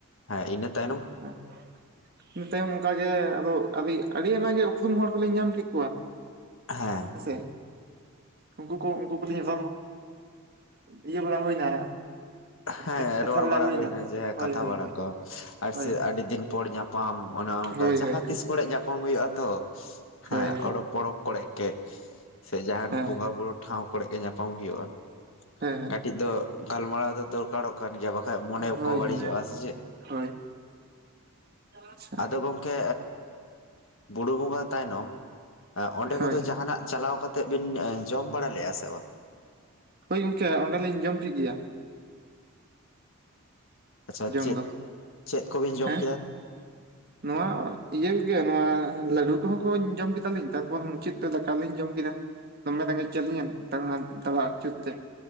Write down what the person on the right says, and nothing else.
ᱦᱮᱸ <unintelligible> ᱤᱱᱟᱹ ᱛᱟᱭᱚᱢ ᱚᱱᱠᱟ ᱜᱮ ᱟᱫᱚ ᱟᱹᱰᱤ ᱟᱹᱰᱤ ᱟᱭᱢᱟ ᱜᱮ ᱩᱯᱨᱩᱢ ᱦᱚᱲ ᱠᱚᱞᱤᱧ ᱧᱟᱢ ᱠᱮᱫ ᱠᱚᱣᱟ,
ᱦᱮᱸ ᱥᱮ ᱩᱱᱠᱩ ᱠᱚ ᱩᱱᱠᱩ ᱟᱹᱞᱤᱧᱟᱜ ᱤᱭᱟᱹ ᱵᱟᱲᱟ ᱦᱩᱭᱱᱟ,
ᱠᱟᱛ- ᱠᱟᱛᱷᱟ
ᱦᱳᱭ
ᱦᱳᱭ
ᱦᱳᱭ
ᱦᱳᱭ
ᱦᱳᱭ
ᱦᱳᱭ ᱦᱳᱭ
ᱦᱳᱭ
ᱦᱮᱸ
ᱦᱮᱸ
ᱦᱳᱭ
ᱦᱳᱭ
ᱦᱳᱭ, ᱟᱪᱪᱷᱟ
ᱦᱳᱭ
ᱦᱳᱭ ᱜᱚᱝᱠᱮ ᱚᱸᱰᱮᱞᱤᱧ ᱡᱚᱢ ᱠᱮᱜ ᱜᱮᱭᱟ,
ᱡᱚᱢ
ᱫᱚ
ᱦᱮᱸ
ᱱᱚᱣᱟ ᱤᱭᱟᱹ ᱜᱮ ᱱᱚᱣᱟ ᱞᱟᱹᱰᱩ ᱠᱚᱦᱚᱸ ᱠᱚᱧ ᱡᱚᱢ ᱠᱮᱫᱟᱞᱤᱧ ᱛᱟᱨᱯᱚᱨ ᱢᱩᱪᱟᱹᱫ ᱛᱮ ᱫᱟᱠᱟᱞᱤᱧ ᱡᱚᱢ ᱠᱮᱫᱟ, ᱫᱚᱢᱮ ᱨᱮᱜᱮᱡ ᱠᱮᱫ ᱞᱤᱧᱟ ᱫᱟᱬᱟ ᱫᱟᱬᱟ ᱟᱹᱪᱩᱨ ᱛᱮ,